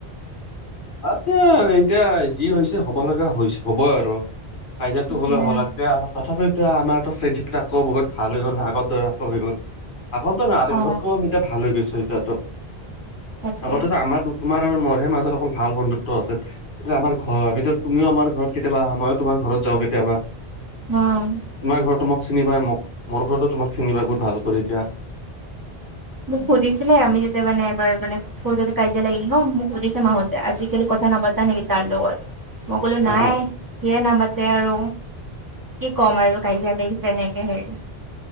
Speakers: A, on the left (about 55°); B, on the right (about 20°).
A: বাদ দে আৰু এতিয়া যি হৈছে হ'ব লগা হৈছ হ'বই আৰু। কাইজিয়াটো
B: সেইটোৱে
A: হ'লে হ'ল <unintelligible> তথাপি এতিয়া আমাৰ ফ্ৰণ্ডশ্বিপবিলাকো বহুত ভাল হৈ গ'ল না আগত দৰে আকৌ হৈ গ'ল। আগৰ দৰে নাই
B: অ
A: আগতকৈ আমি এতিয়া ভাল হৈ গৈছো এতিয়াটো।
B: তাকে
A: আগতেটো আমাৰ তোমাৰ আৰু মোৰহে মাজত অকল ভাল বন্ধুত্ব আছিল। এতিয়া আমাৰ ঘৰ আমিটো তুমিও আমাৰ ঘৰত কেতিয়াবা আহা ময়ো তোমাৰ ঘৰত যাওঁ কেতিয়াবা।
B: অহ',
A: তোমাৰ ঘৰতো মোক চিনি পায় মোক মোৰ ঘৰতো তোমাক চিনি পাই বহুত ভাল কৰি এতিয়া।
B: মোক সুধিছিলে আমি যেতিয়া মানে এবাৰ মানে সৰুতেটো কাজিয়া লাগিল ন, মোক সুধিছে মাহঁতে আজিকালি কথা নাপাতা নেকি তাৰ লগত। মই ক'লো নাই
A: অ
B: সিয়ে নামাতে আৰু। কি ক'ম আৰু কাজিয়া লাগি তেনেকে হেৰি